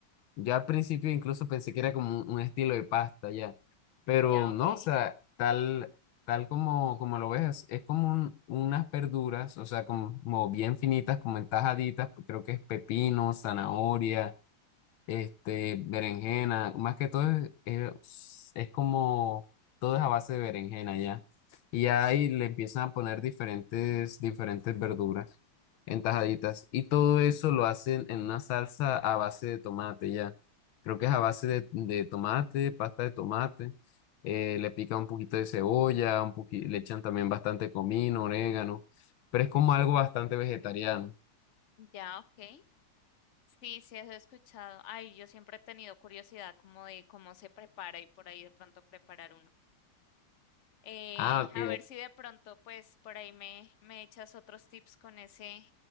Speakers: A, on the left; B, on the left.
A: ya al principio incluso pensé que era como un un estilo de pasta ya, pero
B: Ya,
A: no,
B: ok.
A: o sea, tal, tal como, como lo ves, es como un- unas verduras, o sea, como, como bien finitas, como entajaditas, creo que es pepino, zanahoria este, berenjena, más que todo es, es, es como, todo es a base de berenjena ya. Y ahí le empiezan a poner diferentes, diferentes verduras en tajaditas. Y todo eso lo hacen en una salsa a base de tomate ya. Creo que es a base de, de tomate, pasta de tomate. eh, le pican un poquito de cebolla, un poqui- le echan también bastante comino, orégano. Pero es como algo bastante vegetariano.
B: Ya, ok. <laughs> Sí, sí, eso he escuchado. Ay, yo siempre he tenido curiosidad como de cómo se prepara y por ahí de pronto preparar uno. Eh,
A: Ah, ok.
B: a ver si de pronto, pues, por ahí me, me echas otros tips con ese,